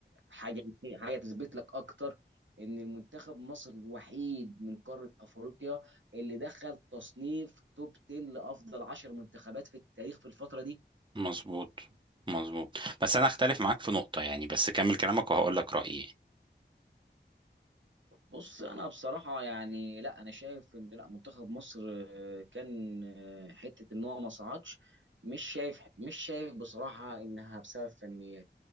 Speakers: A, on the right; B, on the right.
A: حاجه حاجه تثبت لك اكتر ان المنتخب مصر الوحيد من قاره افريقيا اللي دخل تصنيف توب 10 لافضل 10 منتخبات في التاريخ في الفتره دي
B: مظبوط مظبوط بس أنا أختلف معاك في نقطة يعني بس كمل كلامك وهقول لك رأيي
A: بص انا بصراحه يعني لا انا شايف ان لا منتخب مصر آه، كان آه، حته ان هو ما صعدش مش شايف مش شايف بصراحه انها بسبب فنيات